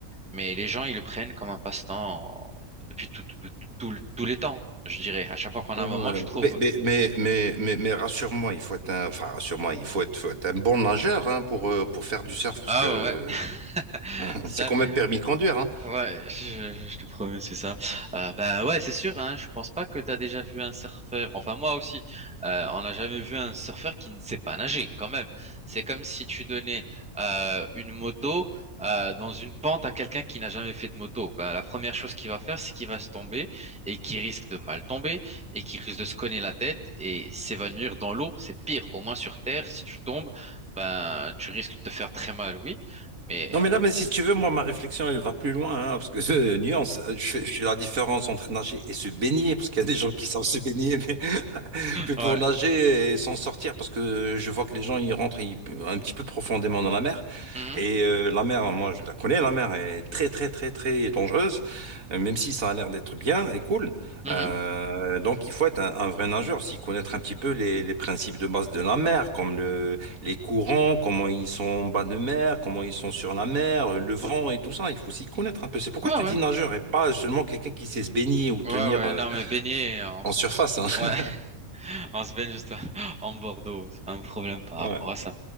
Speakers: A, in the centre; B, on the right.
A: Mais les gens, ils le prennent comme un passe-temps depuis tout- tout- tout- tous les temps, je dirais. À chaque fois qu'on
B: Ouais.
A: a un moment, tu trouves,
B: Mais, mais, mais, mais, mais, mais rassure-moi, il faut être un, enfin, rassure-moi, il faut être, faut être un bon nageur hein, pour, euh, pour faire du surf parce
A: ah
B: que
A: ouais, ouais,
B: <laughs>
A: ça,
B: c'est quand même permis de conduire. hein.
A: Ouais, je, je te promets, c'est ça. Euh, bah ouais, c'est sûr, hein, je pense pas que t'as déjà vu un surfeur, enfin moi aussi, euh, on n'a jamais vu un surfeur qui ne sait pas nager quand même. C'est comme si tu donnais euh, une moto euh, dans une pente à quelqu'un qui n'a jamais fait de moto. Ben, la première chose qu'il va faire, c'est qu'il va se tomber et qui risque de mal tomber et qui risque de se cogner la tête et s'évanouir dans l'eau. C'est pire, au moins sur Terre, si tu tombes, ben, tu risques de te faire très mal, oui. Mais...
B: Non, mais là, mais si tu veux, moi, ma réflexion, elle va plus loin, hein, parce que euh, nuance, euh, je, fais je fais la différence entre nager et se baigner, parce qu'il y a des gens qui savent se baigner, mais puis
A: Ouais.
B: pour nager et s'en sortir, parce que je vois que les gens ils rentrent ils- un petit peu profondément dans la mer.
A: Mhm,
B: Et euh, la mer, moi je la connais, la mer est très très très très dangereuse, euh, même si ça a l'air d'être bien et cool.
A: mhm.
B: Euh, donc il faut être un, un vrai nageur, s'y connaître un petit peu les, les principes de base de la mer, comme le, les courants, comment ils sont en bas de mer, comment ils sont sur la mer, euh, le vent et tout ça. Il faut s'y connaître un peu. C'est pourquoi
A: Ouais,
B: je te
A: ouais.
B: dis nageur et pas seulement quelqu'un qui sait se baigner ou
A: Ouais,
B: tenir
A: ouais,
B: euh,
A: non, mais baigner, euh, on
B: en
A: se,
B: surface. hein.
A: ouais,
B: <laughs>
A: <laughs> on se baigne juste en Bordeaux, c'est pas un problème par
B: Ouais.
A: rapport à ça.